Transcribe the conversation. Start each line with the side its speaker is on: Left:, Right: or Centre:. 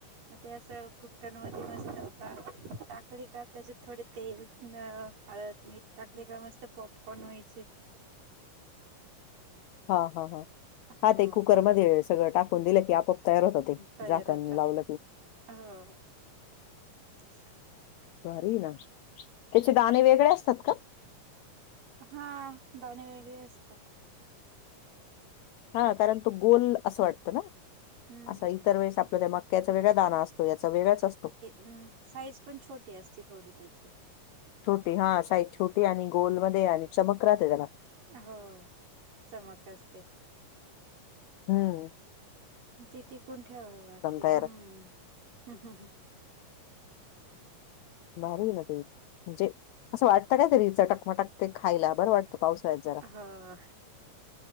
Right: ते असं कुकर मं मस्तं होतां टांकळी कां त्यांचेत थोडे तेल अं हळंद मीठ टकले कां मंग ते मस्तं पॉपकॉर्न होचे
Left: हां हां हां
Right: हो
Left: हां ते कुकरमध्यें सगळं टाकूंन दिलं की आपोआप तयार होतं ते
Right: तयार
Left: झाकणं
Right: होता
Left: लावून दिलं की
Right: हो हं
Left: बरी नां त्यांचे दांणे वेगळे असतांत कां
Right: हां दांणे वेगळे असतांत
Left: हां कारणं तो गोलं असं वाटतं नां
Right: हम्म.
Left: असां इतंर वेळेस आपल्या त्यां मक्यांचा वेगळांया दांना असतो यांचा वेगळांच असतो
Right: मं साईज पणं छोटी असते थोडी त्यांची
Left: छोटी हां साईज छोटी आणि गोलंमध्यें आणि चमक राहते त्यांला
Right: हो चमक असते
Left: हम्मं
Right: ती टिकूंन ठेवांला लागते
Left: तयार.
Right: हम्मं
Left: भारी नां ते म्हणजे असं वाटतं कायं तरी चटंकमटंक ते खांयला बरं वाटतं पावसाळ्यांत जरां
Right: हो